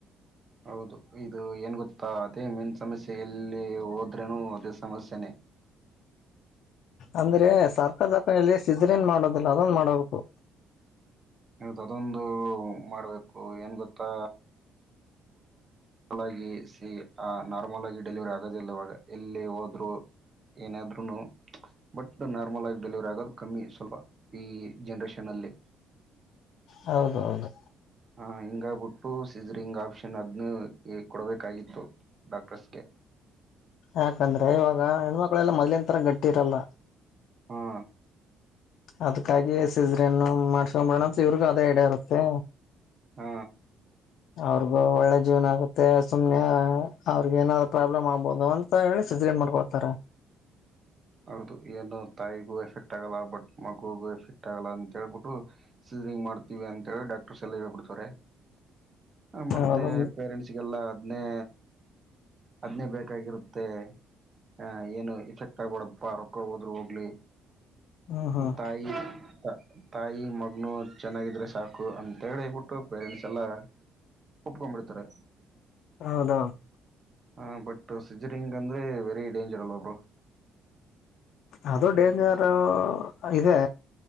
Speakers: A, on the right; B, on the left.
A: ಹೌದು ಇದು ಏನ್ ಗೊತ್ತಾ ಅದೇ ಮೇನ್ ಸಮಸ್ಯೆ. ಎಲ್ಲಿ ಹೋದ್ರೇನು ಅದೇ ಸಮಸ್ಯೆನೇ
B: ಅಂದ್ರೆ ಸರ್ಕರ ದಖನೆಯಲ್ಲಿ ಸಿಜ್ರನ್ ಮಾಡೋದಿಲ್ಲ ಅದೊಂದ ಮಾಡಬೇಕು.
A: ಹೌದು ಅದೊಂದು ಮಾಡ್ಬೇಕು ಏನ್ ಗೊತ್ತಾ ಮಾಲಾಗಿಸಿ ಆ ನಾರ್ಮಲ್ ಆಗಿ ಡೆಲಿವರಿ ಆಗೋದಿಲ್ಲವಾಗ ಎಲ್ಲಿ ಹೋದ್ರು ಏನಾದ್ರುನು ಬಟ್ ನಾರ್ಮಲ್ ಆಗಿ ಡೆಲಿವರಿ ಆಗೋದು ಕಮ್ಮಿ ಸ್ವಲ ಈ ಜನ್ರೇಷಲ್ಲಿ
B: ಹೌದ ಹೌದು.
A: ಹ್ಞಾ ಹಿಂಗ ಬಿಟ್ಟು ಸೀಝರಿಂಗ್ ಆಪ್ಷನ್ ಅದನ್ನ ಕೊಡಬೇಕಾಗಿತ್ತು ಡಾಕ್ಟರ್ಸ್ಗೆ
B: ಯಾಕಂದ್ರೆ ಇವಾಗ ಹೆಣ್ಮಕ್ಳಲ್ಲಾ ಮೊದ್ಲಿನ ಗಟ್ಟಿ ಇರಲ್ಲ.
A: ಹಾ
B: ಅದಕ್ಕಾಗಿ ಸಿಜ್ರಿನ್ನು ಮಾಡಸ್ಕೊಂಡ ಮಾಡಾಸೋಣಂತ ಇವ್ರಿಗೂ ಅದೇ ಐಡಿಯ ಇರುತ್ತೆ.
A: ಹ್ಮ.
B: ಅವ್ರಗ ಒಳ್ಳೆ ಜೀವನ ಆಗತ್ತೆ ಸುಮ್ನೆ ಅವ್ರಗ ಏನಾ ಪ್ರಾಬ್ಲಮ್ ಆಗ್ಬೋದು ಅಂತ ಹೇಳ ಸೀಜರಿನ್ ಮಾಡ್ಕೊಳ್ತಾರ.
A: ಹೌದು ಏನು ತಾಯಿಗೂ ಎಫೆಕ್ಟ್ ಆಗಲ್ಲ ಬಟ್ ಮಗುಗೂ ಎಫೆಕ್ಟ್ ಆಗಲ್ಲ ಅಂತ ಹೇಳ್ಬಿಟ್ಟು ಸೀಜರಿಂಗ್ ಮಾಡ್ತೀವಿ ಅಂತೇಳಿ ಡಾಕ್ಟರ್ಸ್ ಎಲ್ಲಾ ಹೇಳಿ ಬಿಡ್ತಾರೆ. ಹ ಮತ್ತೆ
B: ಹೌದು
A: ಪೇರೆಂಟ್ಸ್ ಗೆಲ್ಲಾ ದ್ನೇ ಅದ್ನೇ ಬೇಕಾಗಿರುತ್ತೆ ಆ ಏನು ಎಫೆಕ್ಟ್ ಬಡದಪ್ಪ ರೊಕ್ಕ ಹೋದ್ರೂ ಹೋಗ್ಲಿ
B: ಹ್ಮ್ ಹ್ಮ್
A: ತಾಯಿ ತಾ ತಾಯಿ ಮಗನು ಚೆನ್ನಾಗಿದ್ರೆ ಸಾಕು ಅಂತೇಳಿ ಬಿಟ್ಟು ಪೇರೆಂಟ್ಸ್ ಎಲ್ಲ ಒಪಕೊಂಡಬಿಡ್ತಾರೆ.
B: ಹೌದ
A: ಹ್ಞ ಬಟ್ ಸಿಜರಿಂಗ್ ಅಂದ್ರೆ ವೆರಿ ಡೇಂಜರ್ ಅಲ್ವಾ ಬ್ರೋ.
B: ಅದು ಡೇಂಜರ್ ಇದೆ